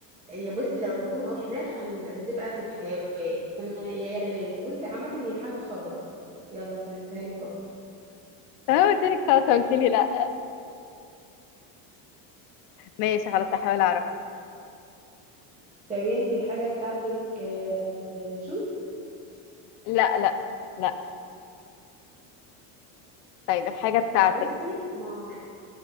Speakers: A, on the right (about 15°); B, on the left (about 85°).
A: هي بصي لو لحوم أو فراخ هن- هتبقى في الحيوان فأنا يا يا نبات بصي عامة هي حاجة خضراء يلا سهلتها لك اهو
B: أنا قلت لك ساعتها قلت لي لا ماشي خلاص هحاول أعرف
A: طب انتي الحاجة بتاعتك آه، شوز
B: لا لا لا طيب الحاجة بتاعتك
A: طب بصي انا